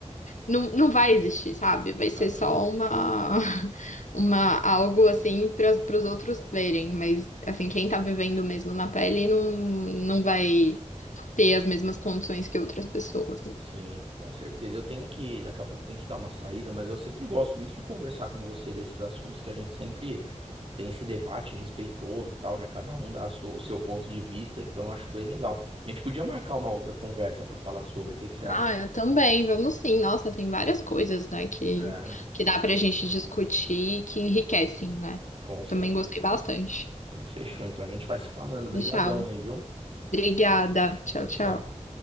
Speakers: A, on the left; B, on the right.
A: não, não vai existir, sabe?
B: exatamente.
A: Vai ser só uma, <laughs> uma algo assim para os outros verem, mas assim, quem tá vivendo mesmo na pele não, não vai ter as mesmas condições que outras pessoas.
B: Sim, com certeza. Eu tenho que, daqui a pouco tem que dar uma saída, mas eu sempre gosto muito de conversar com você desses assuntos que a gente sempre tem esse debate respeitoso, e tal, né? Cada um dá a sua- o seu ponto de vista, então eu acho bem legal. A gente podia marcar uma outra conversa para falar sobre, o que que você acha?
A: Ah, eu também, vamos sim. Nossa, tem várias coisas, né, que,
B: É,
A: que dá pra gente discutir e que enriquecem, né?
B: com certeza.
A: Também gostei bastante.
B: A gente fechou, então a gente vai se falando. Obrigadão
A: Deixado.
B: aí, viu?
A: Obrigada. Tchau,
B: Tchau,
A: tchau.
B: tchau.